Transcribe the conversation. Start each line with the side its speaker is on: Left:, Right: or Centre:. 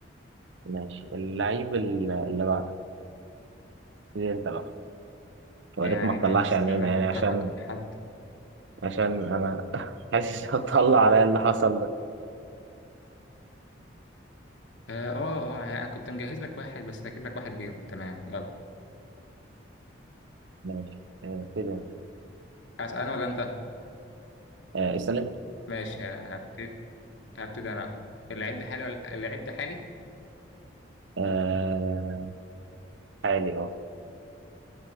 Right: ماشي اللعيب ال- اللي بعده دي انت بقى يا
Left: يعني
Right: ريت ما تطلعش
Left: ماشي استنى
Right: عينينا
Left: افكر
Right: يعني عشان
Left: لك في حد
Right: عشان انا <laughs> حاسس هتطلع عليا اللي حصل ده
Left: اه اه آه، يعني انا كنت مجهز لك واحد بس هجيب لك واحد غيره تمام يلا
Right: ماشي آه، كده انت
Left: هسأل انا ولا انت
Right: آه استلم
Left: ماشي ه- هبتدي هبتدي انا اللعيب ده حالي ولا اللعيب ده حالي
Right: آه حالي اه